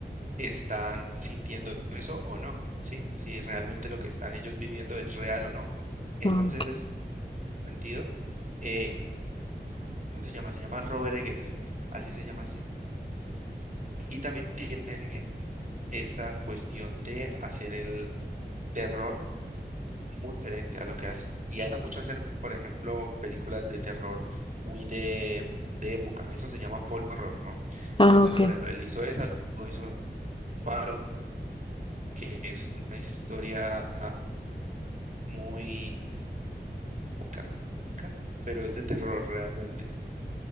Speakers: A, on the right (about 45°); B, on the left (about 30°).
A: están sintiendo eso o no, ¿sí? Si realmente lo que están ellos viviendo es real o no. Entonces,
B: ah, ok.
A: es sentido. eh, cómo se llama, se llama Robert Eggers, así se llama. ese- Y también tiene esta cuestión de hacer el terror muy diferente a lo que hacen. Y hace mucho hacer, por ejemplo, películas de terror muy de, de época. Eso se llama folk horror, ¿no?
B: Ah,
A: Entonces,
B: ok.
A: por ejemplo, él hizo esa, luego hizo Faro, que es una historia muy poca, pero es de terror realmente.